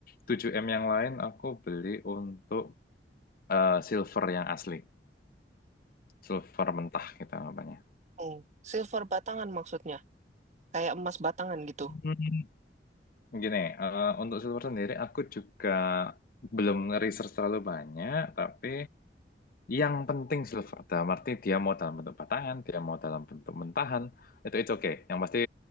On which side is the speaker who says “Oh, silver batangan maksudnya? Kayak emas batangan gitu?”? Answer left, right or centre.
Right